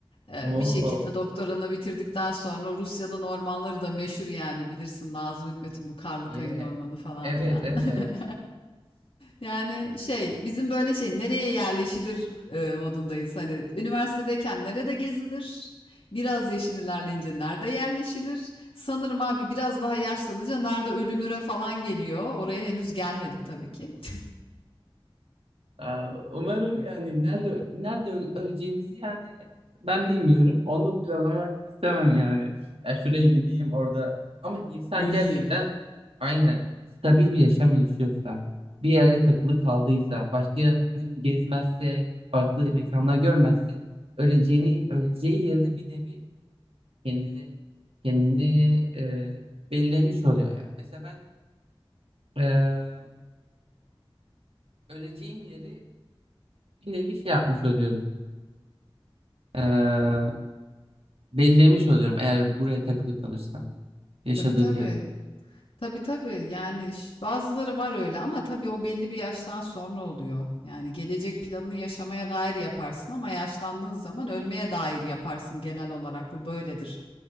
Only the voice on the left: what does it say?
Ee,
bir şekilde doktoranı bitirdikten sonra Rusya'nın ormanları da meşhur yani bilirsin Nazım Hikmet'in bu karlı Karlıkayın
ormanı falan
filan.
<laughs> Yani şey bizim böyle şey nereye yerleşilir e, modundayız. Hani üniversitedeyken nerede gezilir? Biraz yaşın ilerleyince nerede yerleşilir? Sanırım abi biraz daha yaşlanınca nerede ölünüre falan geliyor. Oraya henüz gelmedik tabii ki.
<laughs> Öleyim.
Tabii tabii.
Tabii tabii yani ş- bazıları var öyle ama tabii o belli bir yaştan sonra oluyor. Yani gelecek planını yaşamaya dair yaparsın ama yaşlandığın zaman ölmeye dair yaparsın genel olarak bu böyledir.